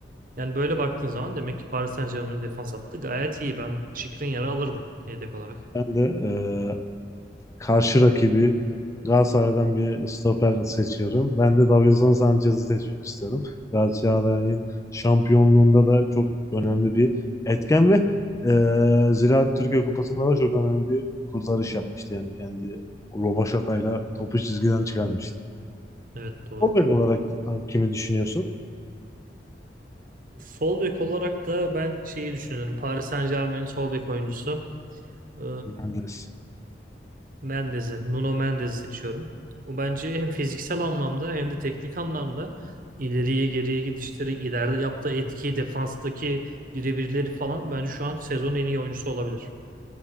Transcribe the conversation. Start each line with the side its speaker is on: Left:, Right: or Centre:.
Right: Yani böyle baktığın zaman demek ki Paris Saint-Germain'in defans hattı gayet iyi. Ben Skriniar'ı alırdım yedek olarak.
Left: Ben de e, Karşı rakibi Galatasaray'dan bir stoper seçiyorum. Ben de Davinson Sanchez'i seçmek istiyorum. Galatasaray'ın şampiyonluğunda da çok önemli bir etken ve e, Ziraat Türkiye Kupası'nda da çok önemli bir kurtarış yapmıştı yani kendi rovaşatayla topu çizgiden çıkarmıştı.
Right: Evet doğru.
Left: O bek olarak kimi düşünüyorsun?
Right: Sol bek olarak da ben şeyi düşünüyorum. Paris Saint-Germain'in sol bek oyuncusu e,
Left: Mendes.
Right: Mendes'i, Nuno Mendes'i seçiyorum. O bence hem fiziksel anlamda hem de teknik anlamda ileriye geriye gidişleri, ileride yaptığı etki, defanstaki birebirleri falan bence şu an sezonun en iyi oyuncusu olabilir.